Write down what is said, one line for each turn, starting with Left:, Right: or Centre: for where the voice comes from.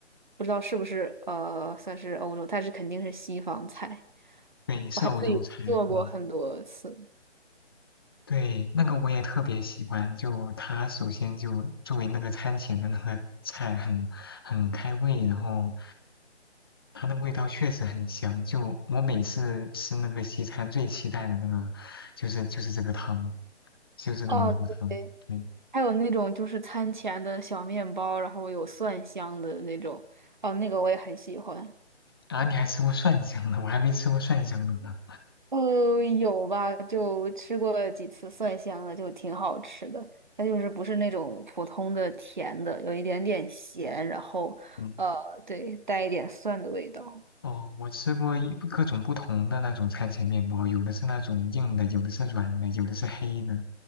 Right: 不知道是不是呃算是欧洲，但是肯定是西方菜，
Left: 对，
Right: 我还自己做过很多次。
Left: 欧洲菜，嗯，对，那个我也特别喜欢。就它首先就作为那个餐前的那个菜很，很开胃，然后它那味道确实很香。就我每次吃那个西餐，最期待的那个就是就是这个汤，就这个蘑菇汤。
Right: 哦，对。
Left: 对，
Right: 还有那种就是餐前的小面包，然后有蒜香的那种，哦，那个我也很喜欢。
Left: 啊，你还吃过蒜香的，我还没吃过蒜香的呢。
Right: 呃，有吧，就吃过几次蒜香的，就挺好吃的。它就是不是那种普通的甜的，有一点点咸，然后呃，
Left: 嗯
Right: 对，带一点蒜的味道。
Left: 哦，我吃过一各种不同的那种餐前面包，有的是那种硬的，有的是软的，有的是黑的，